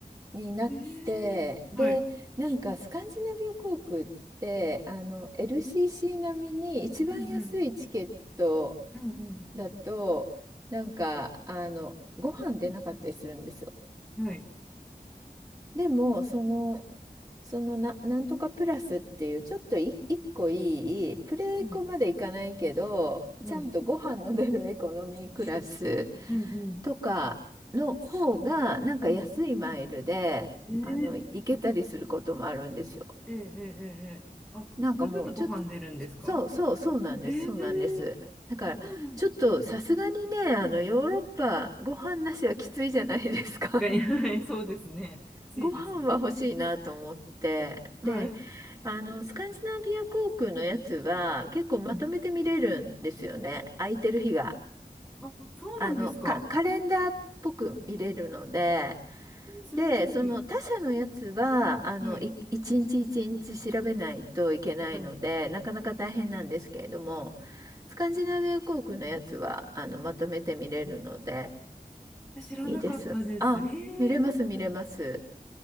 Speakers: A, on the right; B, in the centre.
A: になって、
B: えー、はい。
A: で、なんかスカンジナビア航空って、あの、LCC 並みに一番安いチケット
B: うんうん。うん
A: だと、なんか、あの、ご飯出なかったりするんですよ。
B: うん。はい。
A: でも、その、そのな、なんとかプラスっていう、ちょっとい一個いい、プレエコまでいかないけど、
B: はい。はい。
A: ちゃんとご飯の出るエコノミークラス
B: うんうん
A: とかの方が、なんか安いマイルで、
B: うん。えー、
A: あの、行けたりすることもあるんですよ。
B: えー、えー、えーえーあ、
A: なんかもうちょっと、
B: それだとご飯出るんですか
A: そうそうそうなんです、
B: えー、
A: そうなんです。だから、
B: そうなん
A: ちょっとさすがにね、あの、ヨーロッパ、ご飯なしはきついじゃないですか。
B: 確かに、はい、そうですね。
A: <laughs>
B: ついですね。
A: ご飯は欲しいなと思って。
B: はい。
A: で、あの、スカンジナビア航空のやつは結構まとめて見れるんですよね。
B: うん、
A: 空いてる日が。
B: あ、そうなんですか。
A: あの、か、カレンダーっぽく見れるので、
B: それいい。
A: で、その他社のやつは、あの、
B: はい。
A: い一日一日調べないといけないので、
B: は
A: なかなか大変なんですけれども、スカンジナビア航空のやつは、あの、まとめて見れるので、
B: い。知らなかったです。
A: いいです。あ、
B: えー、
A: 見れます、見れます。